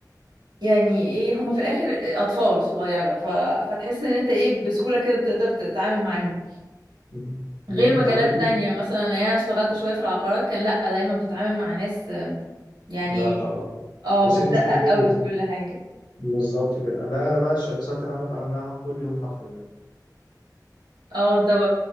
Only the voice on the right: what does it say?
يعني ايه هما في الاخر اطفال صغيره ف... فتحس ان انت ايه بسهوله كده بتقدر تتعامل معاهم
غير مجالات
تانية مثلا يعني انا اشتغلت شويه في العقارات كان لا دايما بتتعامل مع ناس آم، يعني
اه
بتدقق
قوي في كل حاجه
اه انت ب...